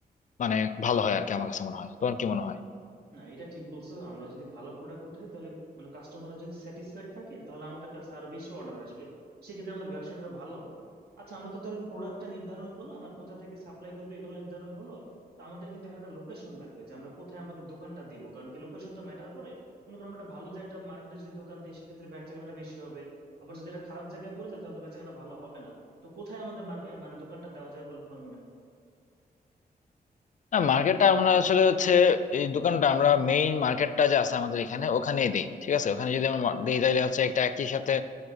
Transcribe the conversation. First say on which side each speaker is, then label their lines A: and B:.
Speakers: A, on the left; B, on the right.
A: মানে ভালো হয় আর কি আমার কাছে মনে হয় তোমার কি মনে হয়
B: না এটা ঠিক বলছো আমরা যদি ভালো প্রোডাক্ট উঠাই তাহলে মানে কাস্টমাররা যদি স্যাটিসফাইড থাকে তাহলে আমাদের কাছে আরো বেশি অর্ডার আসবে সেক্ষেত্রে আমাদের ব্যবসাটা আরো ভালো হবে আচ্ছা আমরা তো তাহলে প্রোডাক্টটা নির্ধারণ করলাম আর কোথা থেকে সাপ্লাই করবো এগুলো নির্ধারণ হলো তো আমাদের কিন্তু এখানে একটা লোকেশন লাগবে যে আমরা কোথায় আমাদের দোকানটা দিব কারণ কি লোকেশন তো ম্যাটার করে মনে করো আমরা একটা ভালো যে একটা মার্কেটে যদি দোকান দিই সেক্ষেত্রে বেচাকেনাটা বেশি হবে আবার যদি এটা খারাপ জায়গায় পড়ে যায় তাহলে তো বেচাকেনা ভালো হবে না তো কোথায় আমাদের মার্কেট মানে দোকানটা দেওয়া যায় বলে তোমার মনে হয়?
A: না মার্কেটটা আমরা আসলে হচ্ছে এই দোকানটা আমরা মেইন মার্কেটটা যে আছে আমাদের এখানে ওখানেই দেই ঠিক আছে ওখানে যদি আমরা মা- দেই তাহলে হচ্ছে একটা একই সাথে